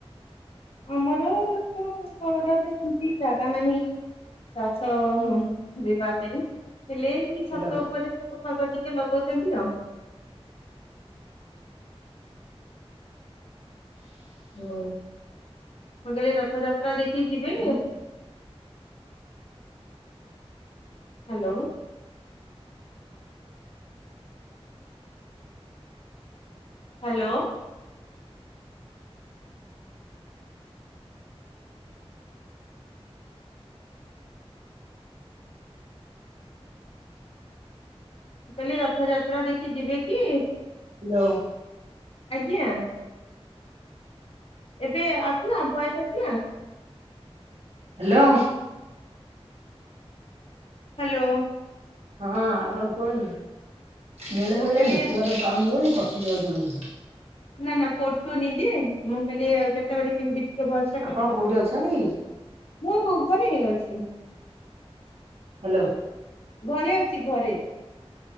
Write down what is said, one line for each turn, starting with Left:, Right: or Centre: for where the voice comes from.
Left: ଆମର ତ <unintelligible> ତାମାନେ ଚାଷ ବୁଣିବା ପାଇଁ ହେଲେ ଏଇ
Right: ହ୍ୟାଲୋ।
Left: ଛାତ ଉପରେ ଶାଗ ପାଗ ଟିକେ ଲଗଉଚନ୍ତି ଆଉ। ହ, ମୁଁ କଇଲି ରଥଯାତ୍ରା ଦେଖି ଯିବେ? ହାଲୋ। ହାଲୋ। ମୁଁ କଇଲି ରଥଯାତ୍ରା ଦେଖି ଯିବେକି?
Right: ହାଲୋ।
Left: ଆଜ୍ଞା। ଏବେ ଆସିଲା ଭଏସ୍ ଆସିଲା?
Right: ହିଲୋ।
Left: ହାଲୋ।
Right: ହଁ ଆପଣ କୁହନ୍ତୁ, ବେଳେ
Left: ମୁଁ
Right: ବେଳେ
Left: କହିଲି
Right: ନେଟୱାର୍କ ପାଉନି ବୋଲି କଟି ଯାଉଚି ବୋଧେ।
Left: ନା ନା କଟୁନିଯେ ମୁଁ କଇଲି କେତେବେଳେ କେମତି ଟିକେ ଭଏସ୍
Right: ଆପଣ
Left: କଟି କଟି
Right: କୋଉଠି
Left: ଯାଉଚି।
Right: ଅଛନ୍ତି?
Left: ମୁଁ ଘରେ ଅଛି।
Right: ହାଲୋ।
Left: ଘରେ ଅଛି ଘରେ।